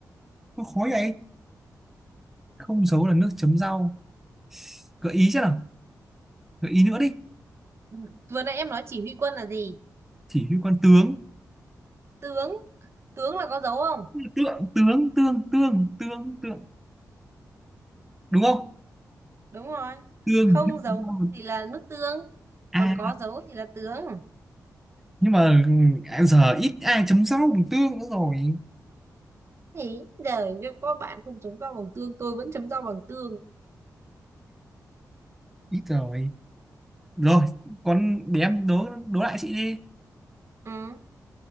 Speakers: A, in the centre; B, on the right.
A: nó khó vậy không giấu là nước chấm rau gợi ý chứ nào gợi ý nữa đi
B: Ừ. Vừa nãy em nói chỉ huy quân là gì?
A: chỉ huy quan tướng
B: Tướng. Tướng là có dấu không?
A: tượng tướng tương tương tương tượng đúng không
B: Đúng rồi.
A: tương
B: Không
A: nước
B: dấu
A: chấm rau.
B: thì là nước tương.
A: à
B: Còn có dấu thì là tướng.
A: nhưng mà ừ, giờ ít ai chấm rau bằng tương nữa rồi
B: Thì đời cho có bạn không chấm rau bằng tương, tôi vẫn chấm rau bằng tương.
A: ít rồi rồi con để em đố đố lại chị đi
B: Ừ,